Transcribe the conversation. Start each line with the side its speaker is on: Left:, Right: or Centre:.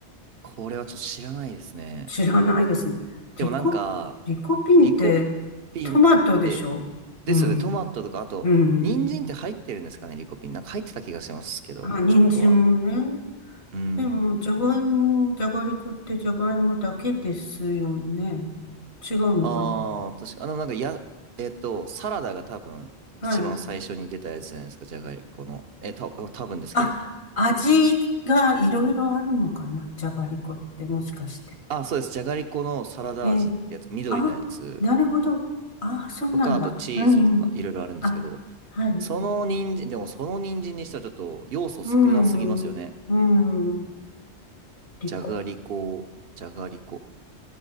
Right: これはちょっと知らないですね。
Left: 知らないですね。
Right: でもなんか、
Left: リコ、リコピンってトマトでしょうん。
Right: リコピンって、ですよね、トマトとか、あと、
Left: うん。
Right: 人参って入ってるんですかね、リコピン。なんか入ってた気がしますけど、
Left: あ、人参もね。
Right: ちょっとは。うん。
Left: でも、じゃがいも、じゃがりこってじゃがいもだけですよね。違うのかな
Right: ああ、確か、あの、なんか、や、えっと、サラダが多分、
Left: はい。
Right: 一番最初に出たやつじゃないですか、じゃがりこの。え、た、多分ですけど。
Left: あ、味がいろいろあるのかなじゃがりこってもしかして。
Right: あ、そうです。じゃがりこのサラダ味ってやつ、
Left: ええ
Right: 緑のやつ
Left: あ、なるほど。あ、そうなんだ。
Right: とか、あとチーズとか、
Left: うんうん。
Right: いろいろあるんですけど、
Left: あ、はい。
Right: その人参、でもその人参にしてはちょっと要素少なすぎますよね。
Left: うん。うん。りこ。
Right: じゃがりこ、じゃがりこ。